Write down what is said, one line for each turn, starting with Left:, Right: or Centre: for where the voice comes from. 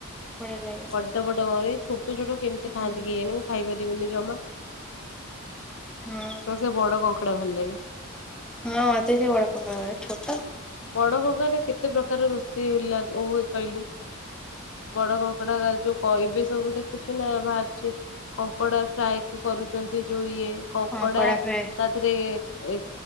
Centre: ବଢିଆ ଲାଗେ
Left: ବଡ କରେ ଛୋଟ ଛୋଟ କେମିତି ଖାଆନ୍ତି
Centre: ହୁଁ
Left: କି ଏଣୁ ମୁ ଖାଇପାରି। ଜମା ତ
Centre: ହଁ।
Left: ସେ ବଡ କଙ୍କଡା ଭଲ ଲାଗେ।
Centre: ହଁ ଅତ ସେଳକଛଟ।
Left: ବଡ କଙ୍ଗରେ କେତେ ପ୍ରକାର ରୋଷେଇ ହେଲାଏ କହିଲୁ। ବଡ କଙ୍କଡା ଯୋଉ ଏବେ ସବୁ ଦେଖୁଛୁ ନା ବାହାରିଛି।। କଙ୍କଡା ଫ୍ରାଏ କରୁଛନ୍ତି ଯୋଉ କଙ୍କଡା
Centre: ହଁ କଡା ଫ୍ରାଏ
Left: ତା ଦେହରେ।